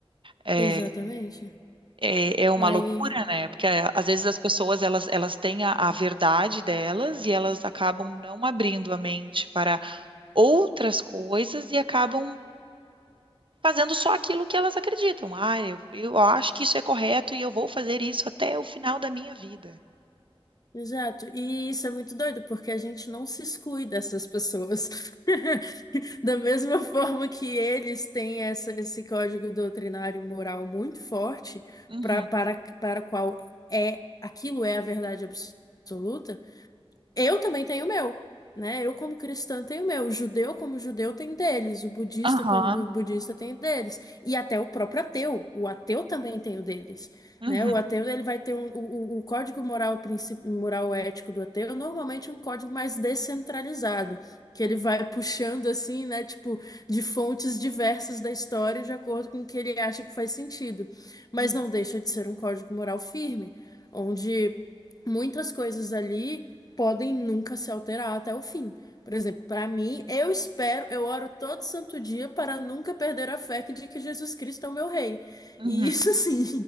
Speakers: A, on the right; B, on the left.
A: É,
B: Exatamente.
A: é, é uma
B: Aí.
A: loucura, né? Porque é, às vezes as pessoas elas, elas têm a, a verdade delas e elas acabam não abrindo a mente para outras coisas e acabam fazendo só aquilo que elas acreditam. Ah, eu, eu acho que isso é correto e eu vou fazer isso até o final da minha vida.
B: Exato, e isso é muito doido, porque a gente não se exclui dessas pessoas. <laughs> Da mesma forma que eles têm essa, esse código doutrinário moral muito forte,
A: Uhum.
B: pra, para, para o qual é aquilo é a verdade absoluta, eu também tenho o meu, né? Eu, como cristã, tenho o meu. O judeu, como judeu, tem o deles. O budista,
A: Aham.
B: como bu- budista, tem o deles. E até o próprio ateu. O ateu também tem o deles,
A: Uhum.
B: né? O ateu, ele vai ter um, o, o o código moral, princi- moral ético do ateu, normalmente é um código mais descentralizado, que
A: Uhum.
B: ele vai puxando, assim, né? Tipo, de fontes diversas da história, de acordo com o que ele acha que faz sentido. Mas
A: Uhum.
B: não deixa de ser um código moral firme, onde muitas coisas ali podem nunca se alterar até o fim. Por exemplo, para mim, eu espero, eu oro todo santo dia para nunca perder a fé que- de que Jesus Cristo é o meu rei.
A: Uhum.
B: E isso, assim,